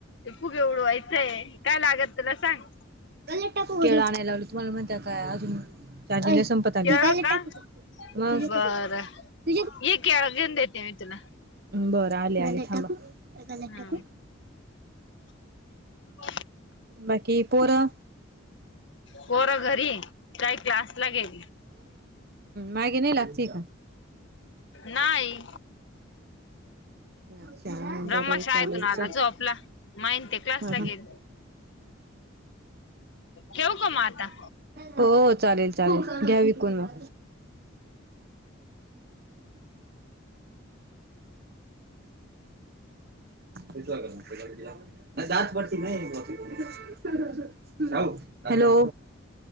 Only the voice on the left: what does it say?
फुगे उडवायचे. य काय लागत तुला सांग?
केळ
का
बरं
ये केळ घेऊन देते मी तुला
ह <inaudible>
पोर घरी काही क्लास ला गेली.
नाही
बम्हा
शाळेतून आला
झोपला. माहिते क्लास
ला
गेले ठेऊ का मग आता.